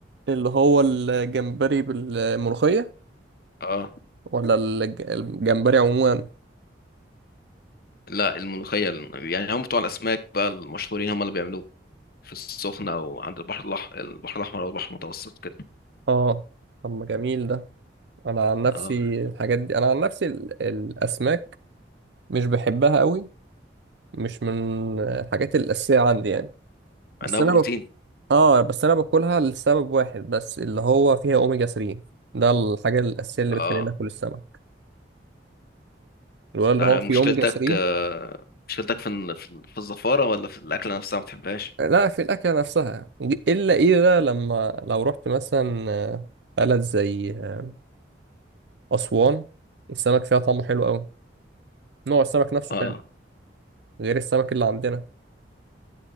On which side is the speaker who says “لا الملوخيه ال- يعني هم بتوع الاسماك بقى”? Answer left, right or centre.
Left